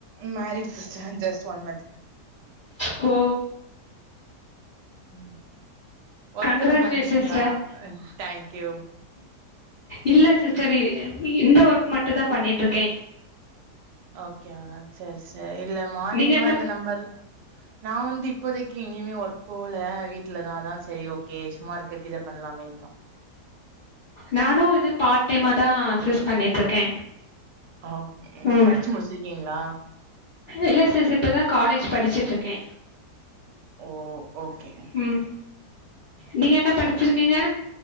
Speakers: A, on the right; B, on the left.
A: married sister just one month
B: ஹோ
A: ம் ஒர்க்
B: கங்ராஜுலேஷன்
A: எதும் பண்றீங்களா
B: சிஸ்டர்
A: தேங்க்யூ
B: இல்ல சிஸ்டர் இந்த ஒர்க் மட்டுதான் பண்ணிட்டு இருக்கே
A: ஓகே ஆஹ் செரி செரி இல்ல மார்னிங்கு
B: நீங்க என்ன
A: வந்து நம்பல் நா வந்து இப்போதைக்கு எங்கேயுமே ஒர்க் போகல வீட்டுலதாதான் சரி ஓகே சும்மா இருக்ககு இத பண்ணலாமேன் தா
B: நானும் இது பார்ட் டைமா தா சிஸ் பண்ணிட்டு இருக்கே
A: ஆ
B: உம்
A: படிச்சு முடிச்சிருக்கீங்களா
B: இல்ல சிஸ் இப்பதான் காலேஜ் படிச்சுட்டு இருக்கே
A: ஓ ஓகே ஓகே
B: உம் நீங்க என்ன படிச்சிருக்கீங்க